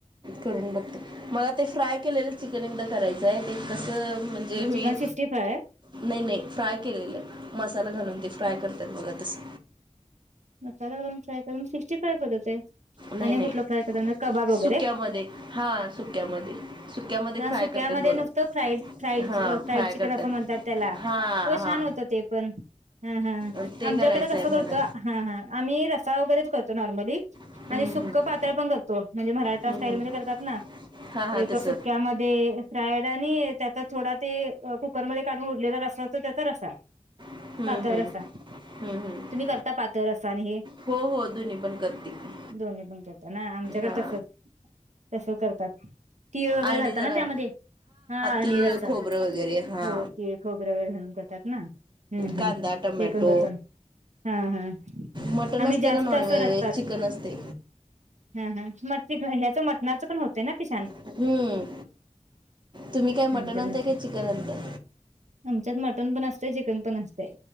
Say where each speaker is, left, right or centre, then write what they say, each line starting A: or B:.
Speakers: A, on the right; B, on the right.
A: करून बघते. मला ते फ्राय केलेलं चिकन एकदा करायचं आहे ते कस म्हणजे मी
B: चिकन सिक्स्टी फ्राय
A: नाही नाही, फ्राय केलेलं मसाला घालून ते फ्राय करतात बघा तस
B: मसाला घालून फ्राय करून सिक्स्टी फ्राय करतात
A: नाही
B: आणि
A: नाही
B: कुठलं फ्राय करतात म्हणजे कबाब वगैरे
A: सुक्यामध्ये हा सुक्यामध्ये सुक्यामध्ये फ्राय
B: हा सुक्यामध्ये
A: करतात बघा
B: नुसतं फ्राईड फ्राईड
A: हा
B: फ्राईड
A: फ्राय
B: चिकन
A: करतात
B: असं म्हणतात त्याला
A: हा
B: हो
A: हा
B: छान होत. ते पण हा हा,
A: अन ते
B: आमच्याकडे
A: करायचं
B: कसं
A: आहे
B: करतो.
A: मला
B: हा हा आम्ही रस्सा वगैरेच करतो नॉर्मली.
A: हम्म
B: आणि सुक,
A: हम्म
B: पातळ पण करतो म्हणजे मराठा
A: हम्म
B: स्टाईल
A: हम्म.
B: मध्ये करतात ना
A: हा हा
B: एक
A: तस
B: सु त्यामध्ये फ्रायड आणि त्याचा थोडा ते कुकर मध्ये काढून उरलेल रस्सा होत त्याचा रस्सा
A: हम्म
B: पातळ
A: हम्म
B: रस्सा
A: हम्म हम्म
B: तुम्ही करता पातळ रस्सा आणि हे
A: हो हो दोन्ही पण करते की.
B: दोन्ही पण करतात ना आमच्याकडे
A: हा
B: तसच तस करतात ते तीळ वगैरे
A: आणि
B: घालत
A: जरा
B: ना त्यामध्ये हा आणि
A: तीळ
B: रस्सा
A: खोबरं वगैरे हा
B: हो तीळ, खोबरे वगैरे घालून करतात. ना हम्म
A: कांदा
B: हम्म
A: टमॅटो
B: ते पण करतो. हा हा
A: मटण
B: आम्ही
A: असते
B: जास्त
A: का नॉनव्हेज
B: अस रस्साच.
A: चिकन असते
B: हा हा मग ते ह्याचं मटणाचं पण होतंय ना ते छान
A: हम्म तुम्ही काय मटण
B: आमच्या
A: आणताय
B: म्हणजे
A: काय चिकन आणताय.
B: आमच्यात मटण पण असतेय चिकन पण असतय